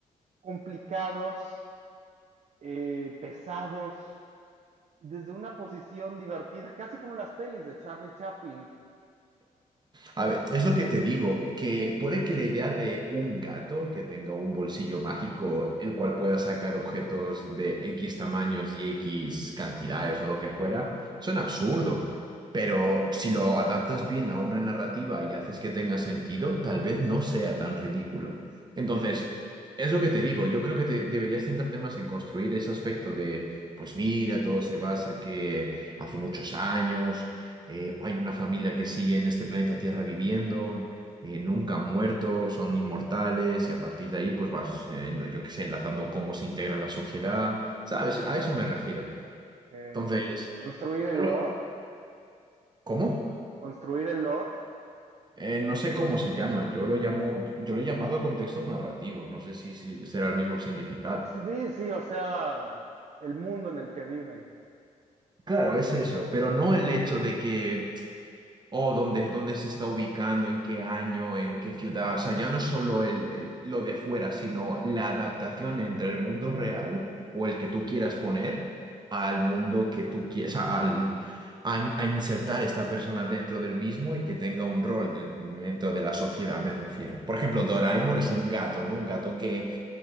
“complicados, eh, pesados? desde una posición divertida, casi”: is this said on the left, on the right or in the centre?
Right